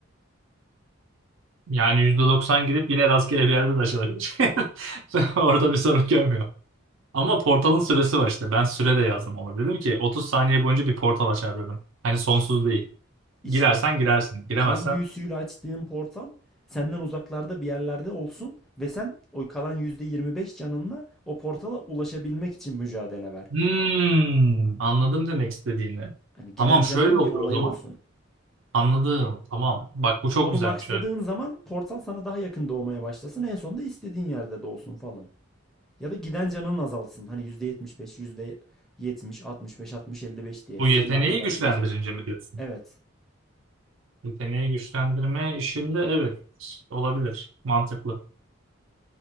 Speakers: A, on the right; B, in the centre.
A: Yani %90 gidip yine rastgele bir yerde de açılabilir. <laughs> Orada bir sorun görmüyor. Ama portalın süresi var işte. Ben süre de yazdım ona. Dedim ki 30 saniye boyunca bir portal açar dedim. Hani sonsuz
B: Ş-
A: değil.
B: İşte
A: Girersen girersin. Giremezsen
B: kan büyüsüyle açtığın portal senden uzaklarda bir yerlerde olsun ve sen o kalan %25 canınla o portala ulaşabilmek için mücadele ver.
A: Hmm, anladım demek istediğini.
B: Hani giden
A: Tamam
B: canının
A: şöyle olur
B: bir olayı
A: o zaman.
B: olsun.
A: Anladım. Tamam. Bak bu çok
B: Onu
A: güzelmiş.
B: maxladığın
A: Evet.
B: zaman portal sana daha yakın doğmaya başlasın. En sonunda istediğin yerde doğsun falan. Ya da giden canın azalsın. Hani yüzde yüzde beş yüzde yetmiş, altmış beş altmış 60, beş diye
A: Bu
B: skill
A: yeteneği
B: artı verdikçe.
A: güçlendirince mi diyorsun?
B: Evet.
A: Yeteneği güçlendirme işinde evet olabilir. Mantıklı.